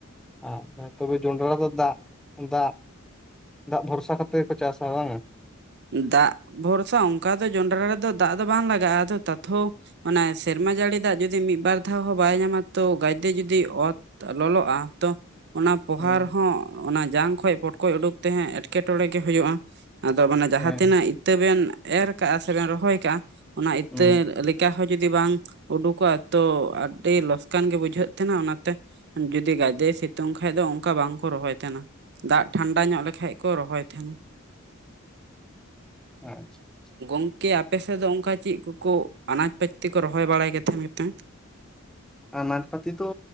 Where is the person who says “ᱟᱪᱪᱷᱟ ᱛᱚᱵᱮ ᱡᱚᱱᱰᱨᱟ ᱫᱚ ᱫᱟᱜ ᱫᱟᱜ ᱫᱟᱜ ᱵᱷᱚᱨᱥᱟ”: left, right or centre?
Centre